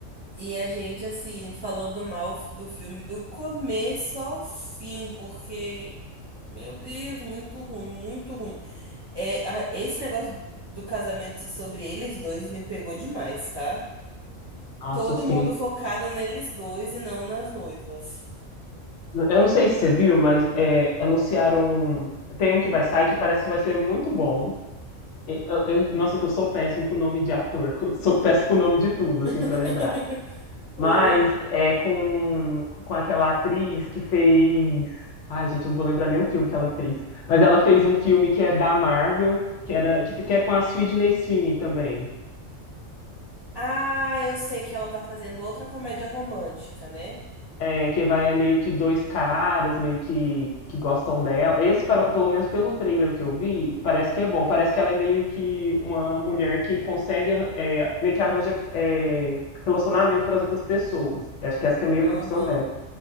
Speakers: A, on the right; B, on the left.
A: E a gente, assim, falando mal do filme do começo ao fim, porque, meu Deus, muito ruim, muito ruim. É, a- esse negócio do casamento ser sobre eles dois me pegou demais, tá?
B: Nossa,
A: Todo
B: assim.
A: mundo focado neles dois e não nas noivas.
B: Eu não sei se você viu, mas é, anunciaram. um, Tem um que vai sair que parece que vai ser muito bom. E, eu- eu- nossa, que eu sou péssimo com o nome de ator. <laughs> Eu sou péssimo com o nome de tudo, assim,
A: <laughs>
B: pra lembrar.
A: Uhum.
B: Mas é com, com aquela atriz que fez. Ai, gente, eu não vou lembrar nem o filme que ela fez. Mas ela fez um filme que é da Marvel, que era que, que é com a Sydney Sweeney também.
A: Ah, eu sei que ela tá fazendo outra comédia romântica, né?
B: É, que vai é meio que dois caras, meio que, que gostam dela. Esse, pelo pelo menos pelo trailer que eu vi, parece que é bom. Parece que ela é meio que uma mulher que consegue, é, meio que arranja, é, relacionamento para as outras pessoas. Eu acho que essa que é meio
A: Aham,
B: a profissão dela.